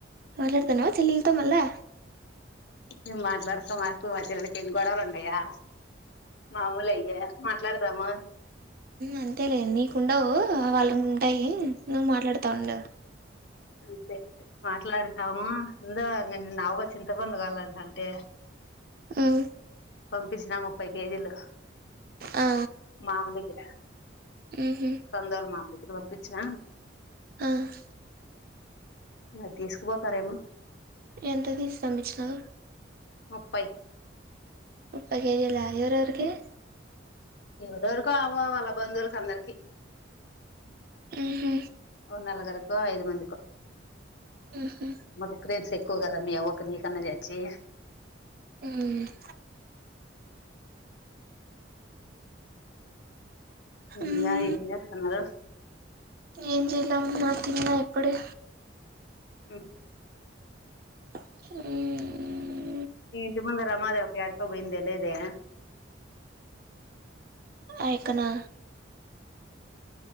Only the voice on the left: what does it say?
ఏ మాట్లాడుకో మాకు మా చెల్లిలికి ఏం గొడవలు ఉన్నాయా మామూలె ఇగ మాట్లాడదామ
అంతే మాట్లాడుతాము <unintelligible> నాక్కూడ చింతపండు కాళ్ళంటంటే
పంపించినా ముప్పై కేజీలు
మామ్మ దగ్గర
చందోల్ మా మ్మది ఇటు పంపిచ్చిన
అది తీస్కుపోతారేమో
ముప్పై
ఎవరెవరికో ఆవ వాళ్ళ బంధుల్క్ అందరికి
నలగరికో ఐదు మంది కో
<inaudible> క్కువ కదా మీ ఎవర కన్నా తెచ్చి
ఇంగ
ఏమ్ చేస్తున్నారు.
ఆ
మీ ఇంటి ముంద రమాదేవి అక్క యాడికోపొయింది ఏళ్ళేది.